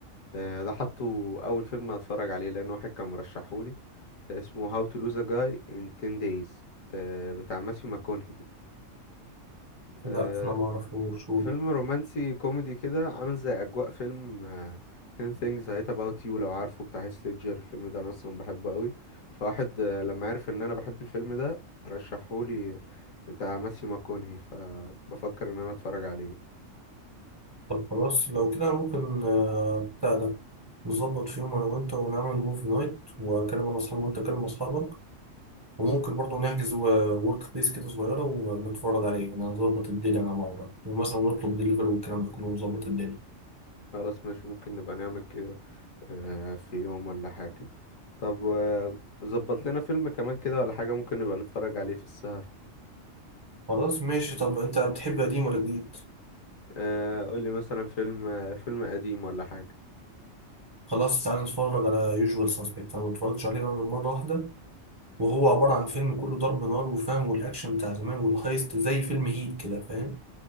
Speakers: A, on the left; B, on the right.
A: آه، ده حطه اول فيلم هتفرج عليه لان واحد كان مرشحهولي ده اسمه How to Lose a Guy in 10 Days آه، بتاع ماثيو ماكونهي آه،
B: لا انا ما اعرفوش
A: فيلم رومانسي كوميدي كده عامل زي اجواء فيلم آه، 10 Things I Hate About You لو عارفه بتاع هيث ليدجر الفيلم ده انا اصلا بحبه قوي فواحد آه، لما عرف ان انا بحب الفيلم ده رشحهولي بتاع ماثيو ماكونهي فبفكر ان انا اتفرج عليه
B: طب خلاص لو كده ممكن آه، بتاع ده نظبط في يوم انا وانت ونعمل موفي نايت واكلم انا اصحابي وانت تكلم اصحابك وممكن برضه نحجز ورك بليس كده صغيره ونتفرج عليه يعني هنظبط الدنيا على بعض ومثلا نطلب دليفري والكلام ده كله ونظبط الدنيا
A: خلاص ماشي ممكن نبقى نعمل كده آه، في يوم ولا حاجة طب آه، ظبط لنا فيلم كمان كده ولا حاجة ممكن نبقى نتفرج عليه في السهرة
B: خلاص ماشي طب انت بتحب قديم ولا جديد
A: آه، قولي مثلا فيلم آه، فيلم قديم ولا حاجة
B: خلاص تعالى نتفرج على يوجوال سسبكت انا ما اتفرجتش عليه غير مره واحده وهو عباره عن فيلم كله ضرب نار وفاهم والاكشن بتاع زمان والهايست زي فيلم هيت كده فاهم